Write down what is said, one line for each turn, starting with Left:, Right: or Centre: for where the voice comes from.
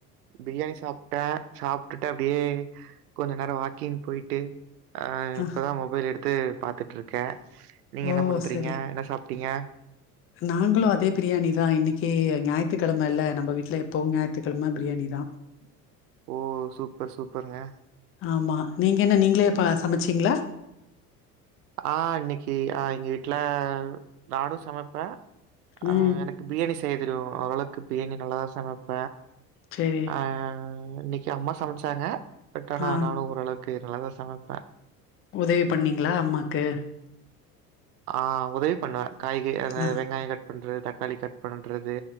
Right: பிரியாணி சாப்ட்டே சாப்டுட்டு அப்டியே கொஞ்ச நேரோ வாக்கிங் போயிட்டு ஆஹ்
Left: ஆ
Right: இப்பதா மொபைல் எடுத்து பாத்துட்ருக்கே நீங்க
Left: ஓ
Right: என்ன பண்றீங்க
Left: சரி
Right: என்ன சாப்ட்டீங்க
Left: நாங்களு அதே பிரியாணி தா இன்னிக்கி ஞாயித்துக்கெழம இல்ல நம்ப வீ்ட்ல எப்போவு ஞாயித்துக்கெழம பிரியாணி தா
Right: ஓ சூப்பர் சூப்பருங்க
Left: ஆமா நீங்க என்ன நீங்களே இப்ப சமைச்சீங்களா
Right: ஆ இன்னிக்கி ஆ எங்க வீட்ல நானு சமைப்ப ஆ
Left: ம்
Right: எனக் பிரியாணி செய்ய தெரியு ஓரளவுக்கு பிரியாணி நல்லாதா சமைப்ப
Left: செரி
Right: ஆ இன்னிக்கி அம்மா சமச்சாங்க பட் ஆனா
Left: ஆ
Right: நானு ஓரளவுக்கு நல்லாதா சமைப்ப
Left: உதவி பண்ணீங்களா அம்மாக்கு
Right: ஆ உதவி பண்ணே காய்கறி அந்த
Left: ஆ
Right: வெங்காயோ கட் பண்றது தக்காளி கட் பண்றது